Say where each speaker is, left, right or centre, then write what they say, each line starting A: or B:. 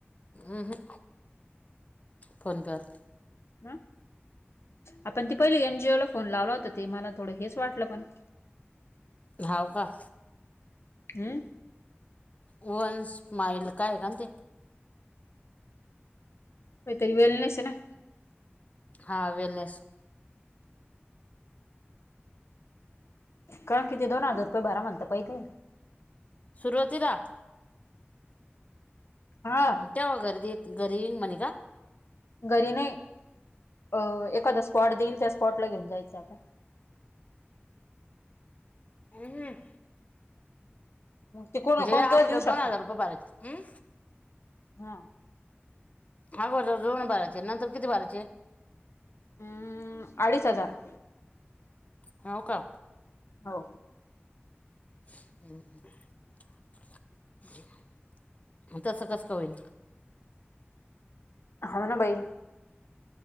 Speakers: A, on the left; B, on the left.
A: अ हं, कोण जात
B: ह आपण ती पहिली एनजीओ ला फोन लावला होता. ते मला थोडं हेच वाटलं पण
A: हावका,
B: ह,
A: वन्स् स्माईल काय कानते
B: वेथ इवेल नसे ना,
A: हा वेलनेस
B: का किती दोन हजार रुपये भरा म्हणता पहिले.
A: सुरुवातीला
B: हा,
A: तेवा घरी देतील. घरी येईन म्हणे का?
B: घरी नाही अ एखादा स्पॉट देईल. त्या स्पॉटला घेऊन जायचं आता.
A: अहं
B: ते कोणा कोण
A: अगोदर
B: दोष देऊ
A: दोन
B: शकत्या.
A: हजार रुपये भरायचे हं?
B: हा,
A: अगोदर दोन भराचे. नंतर किती भराचे.
B: अ.. अडीच हजार
A: हाव का.
B: हो.
A: <unintelligible> तसं कसं होईल.
B: हाव ना, बाई.